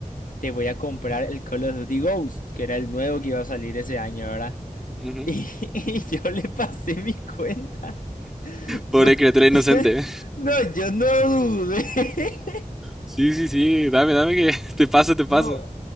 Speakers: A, on the left; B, in the centre.
A: te voy a comprar el Call of Duty Ghost, que era el nuevo que iba a salir ese año, ¿verdad? <laughs>
B: Ujú.
A: Y, y yo le pasé mi cuenta.
B: Pobre
A: Yo, <laughs>
B: criatura inocente.
A: no, yo no dudé. <laughs>
B: Sí, sí, sí, dame, dame que <laughs> te pasa, te pasa.
A: No,